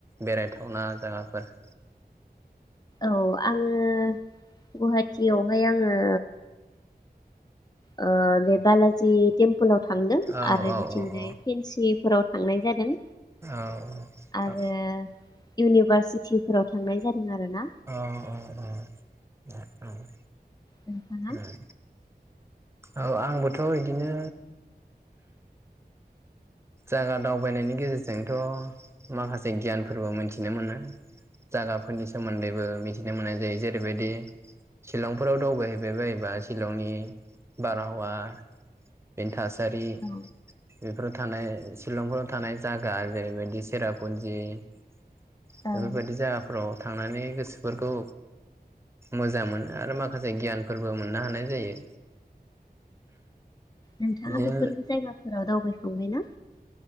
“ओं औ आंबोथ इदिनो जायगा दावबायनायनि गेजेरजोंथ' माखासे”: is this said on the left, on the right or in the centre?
Right